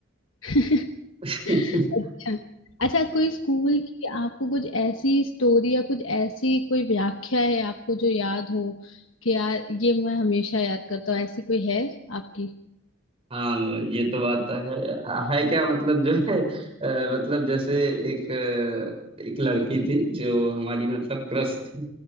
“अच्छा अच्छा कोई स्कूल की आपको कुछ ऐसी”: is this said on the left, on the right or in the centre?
Left